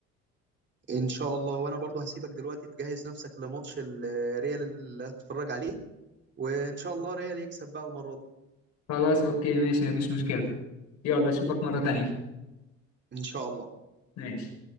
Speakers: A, on the right; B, on the left.
A: ان شاء الله وانا برضو هسيبك دلوقتي تجهز نفسك لماتش الريال اللي هتتفرج عليه وان شاء الله ريال يكسب بقى المره دي
B: خلاص اوكي ماشي مفيش مشكلة يلا اشوفك مرة تانية
A: ان شاء الله
B: ماشي